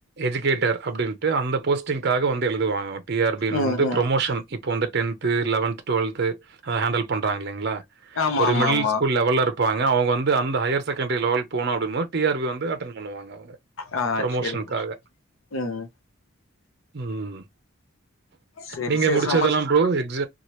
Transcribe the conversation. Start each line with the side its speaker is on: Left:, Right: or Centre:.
Right: எஜுகேட்டர் அப்டின்ட்டு அந்த போஸ்டிங்க்காக வந்து எழுதுவாங்க டி ஆர் பி
Left: ம்
Right: வந்து
Left: ம்
Right: ப்ரமோஷன் இப்ப வந்து டென்த்து லெவன்த் டுவல்த்து அத ஹேண்டல் பண்ணுறாங்க இல்லைங்ளா
Left: ஆமா
Right: ஒரு
Left: ஆமா
Right: மிடில்ஸ்
Left: ஆமா
Right: லெவல்ல இருப்பாங்க அவங்க வந்து அந்த ஹையர் செகண்டரி லெவல் போணு அப்டிங்கம்போது டி ஆர் பி வந்து அட்டன் பண்ணுவாங்க
Left: ஆ
Right: ப்ரமோஷன்க்காக
Left: சேரி ம்
Right: ம்
Left: சேரி
Right: நீங்க
Left: சேரி
Right: முடிச்சதெல்லா
Left: நம்ம
Right: ப்ரோ எக்ஸ